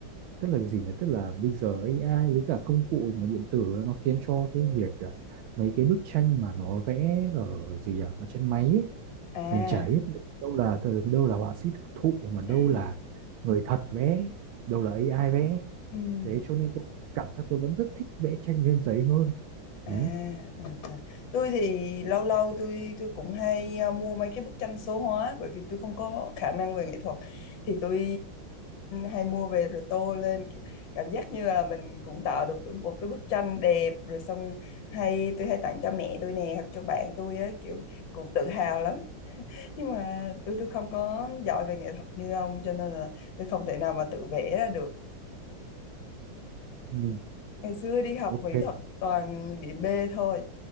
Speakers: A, on the right; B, on the left.
A: tức là gì nhỉ tức là bây giờ AI với cả công cụ mà điện tử ấy, nó khiến cho cái việc à, mấy cái bức tranh mà nó vẽ ở gì à ở trên máy ấy
B: à
A: mình chả biết đâu là thời đâu là họa sĩ thực thụ mà đâu
B: <laughs>
A: là người thật vẽ đâu là AI vẽ
B: ừ
A: đấy cho nên tôi cảm giác tôi vẫn rất thích vẽ tranh trên giấy hơn
B: À,
A: đấy
B: à, à. Tôi thì lâu lâu tôi tôi cũng hay ờ, mua mấy cái bức tranh số hóa bởi vì tôi không có khả năng về nghệ thuật thì tôi hay mua về rồi tô lên kiểu, cảm giác như là mình cũng tạo được một cái bức tranh đẹp rồi xong hay tôi hay tặng cho mẹ tôi nè hoặc cho bạn tôi á kiểu cũng tự hào lắm nhưng mà tôi tôi không có giỏi về nghệ thuật như ông cho nên là tôi không thể nào mà tự vẽ ra được
A: ừ,
B: ngày xưa đi học
A: ok
B: mỹ thuật toàn điểm B thôi